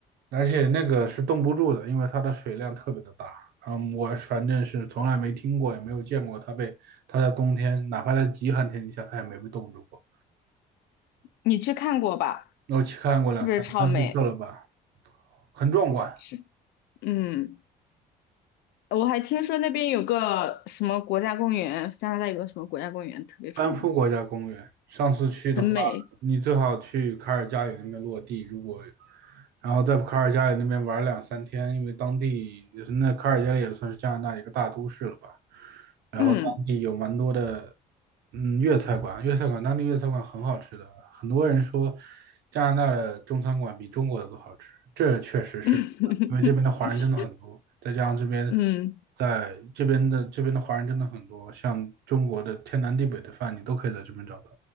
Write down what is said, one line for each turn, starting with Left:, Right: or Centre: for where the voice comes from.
Right: 而且那个是冻不住的，因为它的水量特别的大。嗯，我反正是从来没听过，也没有见过它被它在冬天，哪怕在极寒天气下，它也没被冻住过。
Left: 你去看过吧？
Right: 我去看过两三三四次了吧，
Left: 是不是超美？
Right: 很壮观。
Left: 是，嗯，我还听说那边有个什么国家公园，加拿大有个什么国家公园特别出名，
Right: 安夫国家公园，上次去的话，
Left: 很美。
Right: 你最好去卡尔加里那边落地。如果然后在卡尔加里那边玩了两三天，因为当地也是那卡尔加里也算是加拿大一个大都市了吧。然后当地有蛮多的，
Left: 嗯
Right: 嗯，粤菜馆，粤菜馆当地粤菜馆很好吃的，很多人说加拿大的中餐馆比中国的都好吃，这确实是，
Left: <laughs>
Right: 因为这边的华人真的很多，再加上这边
Left: 嗯
Right: 在这边的这边的华人真的很多，像中国的天南地北的饭你都可以在这边找到。